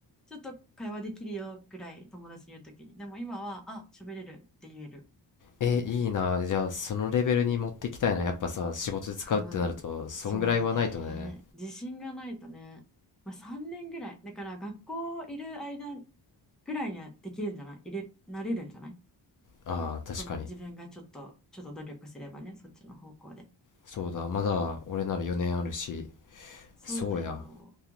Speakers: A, in the centre; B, on the left (about 45°).
A: ちょっと会話できるよぐらい友達に言うときに。でも今は、あ、喋れるって言える。
B: えいいなじゃあそのレベルに持ってきたいなやっぱさ仕事で使うってなるとそんぐらいはないとね
A: かな。そうだね。自信がないとね。まあ、3年ぐらい。だから学校いる間ぐらいにはできるんじゃないいれ、なれるんじゃない
B: ああ確かに
A: その自分がちょっと、ちょっと努力すればね、そっちの方向で。
B: そうだまだ俺なら4年あるし
A: そうだよ。
B: そうや